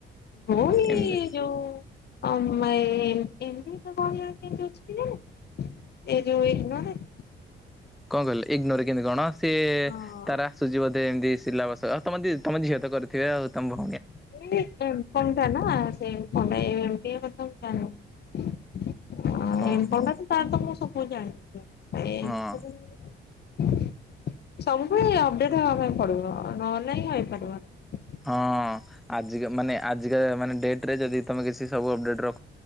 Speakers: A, on the left (about 55°); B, in the centre.
A: ହୋ ଏଇ
B: ଏମିତି
A: ଯୋଉ <unintelligible> ଏଇ ଯୋଉ ଇଗ୍ନୋରେ?
B: କଣ କହିଲେ ଇଗ୍ନୋରେ କେମିତି କଣ ସିଏ
A: ହଁ
B: ତାର ଆସୁଛି ବୋଧେ ଏମିତି ସିଲାବସ ତମ ଦି ତମ ଝିଅ ତ କରିଥିବେ ଆଉ ତମ
A: <unintelligible>
B: ଭ
A: <unintelligible> <unintelligible> ତାର ତ ମୁଁ ସବୁ ଜାଣିଚି।
B: ଓହୋ
A: <unintelligible> ସବୁବେଳେ ଅପଡେଟ୍
B: ହଁ
A: ହବା ପାଇଁ ପଡିବ ନହେଲେ ନାହିଁ ହେଇପାରିବନି।
B: ହଁ ଆଜିକା ମାନେ ଆଜିକା ମାନେ ଡେଟରେ ଯଦି ତମେ କିଛି ସବୁ ଅପଡେଟର